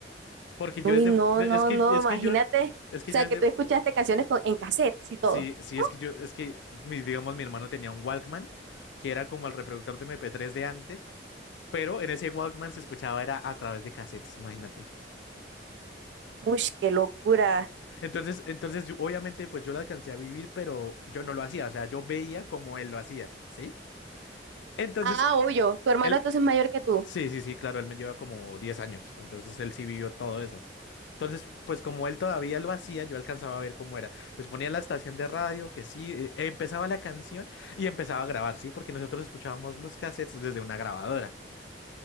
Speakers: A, on the left; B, on the right.
A: Porque yo
B: Uy,
A: desde...
B: no,
A: de-
B: no,
A: Es que,
B: no,
A: es
B: imagínate.
A: que yo... Es que
B: O sea,
A: yo desde...
B: que tú escuchaste canciones con, en cassette y todo.
A: Sí, sí,
B: ¿no?
A: es que yo... Es que, mi, digamos, mi hermano tenía un Walkman, que era como el reproductor de mp tres de antes. Pero en ese Walkman se escuchaba era a través de cassettes, imagínate.
B: Uy, qué locura.
A: Entonces, entonces yo- obviamente pues yo lo alcancé a vivir, pero yo no lo hacía, o sea, yo veía como él lo hacía, ¿sí? Entonces,
B: Ah,
A: eh,
B: obvio, tu hermano
A: él,
B: entonces es mayor que tú
A: sí, sí, sí, claro, él me lleva como 10 años, entonces él sí vivió todo eso. Entonces, pues como él todavía lo hacía, yo alcanzaba a ver cómo era. Entonces ponía la estación de radio, que sí, eh, empezaba la canción y empezaba a grabar, ¿sí? Porque nosotros escuchábamos los cassettes desde una grabadora.